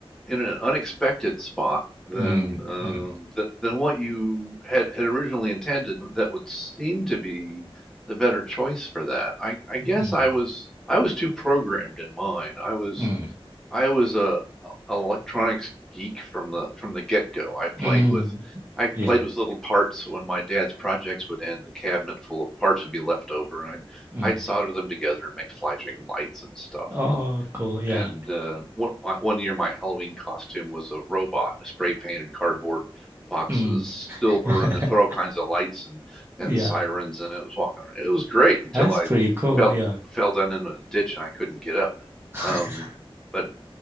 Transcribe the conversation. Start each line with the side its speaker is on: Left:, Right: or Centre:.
Centre: in an unexpected spot than
Right: Mm,
Centre: um,
Right: mm,
Centre: th than what you had had originally intended. That would seem to be the better choice for that. I I
Right: mm,
Centre: guess I was I was too programmed in mine. I was
Right: mm,
Centre: I was a a- electronics geek from the from the get-go. I played
Right: mm,
Centre: with I
Right: yeah.
Centre: played with little parts. When my dad's projects would end, the cabinet full of parts would be left over, and I'd
Right: Mm.
Centre: I'd solder them together and make flashing lights and stuff.
Right: Oh,
Centre: And
Right: cool. Yeah.
Centre: and uh, one my, one year, my Halloween costume was a robot. I spray painted cardboard boxes
Right: Mm.
Centre: silver,
Right: <laughs>
Centre: and then put all kinds of lights and
Right: Yeah.
Centre: and sirens, and it was walking. around. It was great until
Right: That's
Centre: I
Right: pretty cool.
Centre: fell
Right: Yeah.
Centre: fell down in a ditch and I couldn't get up.
Right: <laughs>
Centre: Um, but